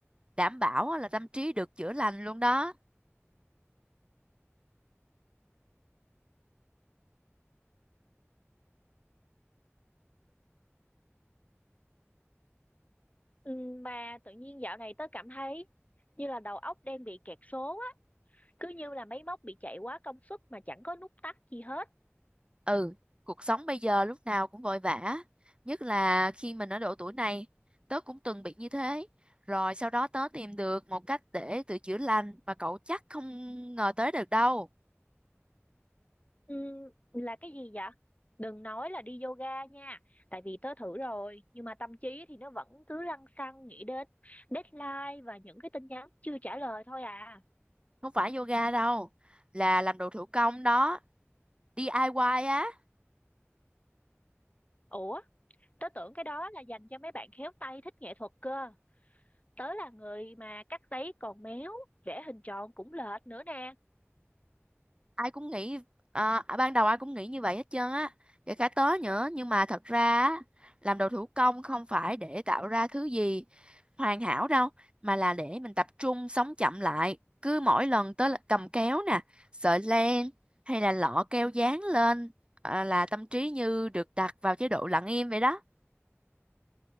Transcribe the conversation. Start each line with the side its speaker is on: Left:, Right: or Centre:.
Right: Đảm bảo á là tâm trí được chữa lành luôn đó.
Left: Ừm, Mà tự nhiên dạo này tớ cảm thấy như là đầu óc đang bị kẹt số á. Cứ như là máy móc bị chạy quá công suất mà chẳng có nút tắt gì hết.
Right: Ừ, cuộc sống bây giờ lúc nào cũng vội vã. Nhất là khi mình ở độ tuổi này, tớ cũng từng bị như thế. Rồi sau đó tớ tìm được một cách để tự chữa lành mà cậu chắc không ngờ tới được đâu.
Left: Ừm, là cái gì vậy? Đừng nói là đi yoga nha. Tại vì tớ thử rồi. Nhưng mà tâm trí thì nó vẫn cứ lăng xăng nghĩ đến deadline và những cái tin nhắn chưa trả lời thôi à.
Right: Không phải yoga đâu, là làm đồ thủ công đó, DIY á.
Left: Ủa? Tớ tưởng cái đó là dành cho mấy bạn khéo tay thích nghệ thuật cơ. tớ là người mà cắt giấy còn méo vẽ hình tròn cũng lệch nữa nè
Right: ai cũng nghĩ à, ban đầu ai cũng nghĩ như vậy hết trơn á kể cả tớ nữa nhưng mà thật ra á, làm đồ thủ công không phải để tạo ra thứ gì hoàn hảo đâu mà là để mình tập trung sống chậm lại cứ mỗi lần tớ là cầm kéo nè sợi len hay là lọ keo dán lên à, là tâm trí như được đặt vào chế độ lặng im vậy đó